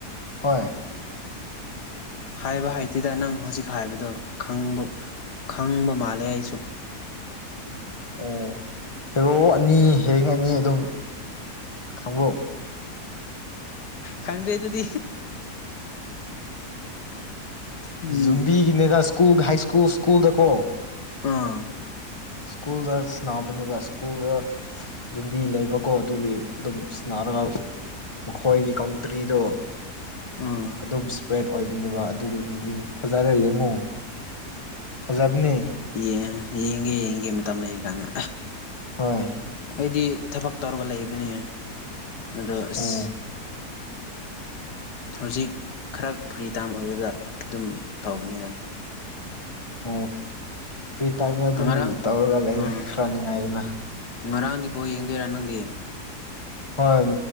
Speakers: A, on the left; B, on the left.
A: ꯍꯣꯏ
B: ꯍꯥꯏꯕ ꯍꯥꯏꯇꯦꯗ ꯅꯪ ꯍꯧꯖꯤꯛ ꯍꯥꯏꯕꯗꯣꯕ ꯈꯪꯕ ꯃꯥꯜꯂꯦ ꯑꯩꯁꯨ
A: ꯑꯣ ꯍꯦꯔꯣ ꯑꯅꯤ ꯍꯌꯦꯡ ꯑꯅꯤ ꯑꯗꯨꯝ ꯈꯪꯕ꯭ꯔꯣ
B: ꯈꯪꯗꯦ ꯑꯗꯨꯗꯤ ꯎꯝ
A: ꯌꯨꯝꯕꯤꯒꯤꯅꯦꯗ ꯁ꯭ꯀꯨꯜ ꯍꯥꯏ ꯁ꯭ꯀꯨꯜ ꯁ꯭ꯀꯨꯜꯗꯀꯣ
B: ꯑꯥ
A: ꯁ꯭ꯀꯨꯜꯗ ꯁꯅꯥꯕꯅꯤꯕ ꯁ꯭ꯀꯨꯜꯗ ꯌꯨꯝꯕꯤ ꯂꯩꯕꯀꯣ ꯑꯗꯨꯒꯤ ꯑꯗꯨꯝ ꯁꯅꯔꯒ ꯃꯈꯣꯏꯒꯤ ꯀꯟꯇ꯭ꯔꯤꯗꯣ
B: ꯑꯥ
A: ꯑꯗꯨꯝ ꯏꯁꯄ꯭ꯔꯦꯠ ꯑꯣꯏꯕꯅꯦꯕ ꯑꯗꯨꯒꯤ ꯐꯖꯔ ꯌꯦꯡꯉꯣ ꯐꯖꯕꯅꯦ
B: ꯌꯦ ꯌꯦꯡꯒꯦ ꯌꯦꯡꯒꯦ ꯃꯇꯝ ꯂꯩꯔ ꯀꯥꯟꯗ
A: ꯍꯣꯏ
B: ꯑꯩꯗꯤ ꯊꯕꯛ ꯇꯧꯔꯒ ꯂꯩꯕꯅꯦ ꯑꯗꯣ ꯑꯁ
A: ꯑꯣ
B: ꯍꯧꯖꯤꯛ ꯈꯔ ꯐ꯭ꯔꯤ ꯇꯥꯏꯝ ꯑꯣꯏꯕꯗ ꯑꯗꯨꯝ ꯇꯧꯕꯅꯤꯅ
A: ꯑꯣ ꯐ꯭ꯔꯤ ꯇꯥꯏꯝꯗ ꯑꯗꯨꯝ
B: ꯉꯔꯥꯡ
A: ꯇꯧꯔꯒ ꯂꯩ
B: ꯎꯝ
A: ꯈꯔ ꯅꯨꯡꯉꯥꯏꯗꯅ
B: ꯉꯔꯥꯡꯗꯤ ꯕꯣ ꯌꯦꯡꯗꯣꯏꯔꯥ ꯅꯪꯗꯤ
A: ꯍꯣꯏ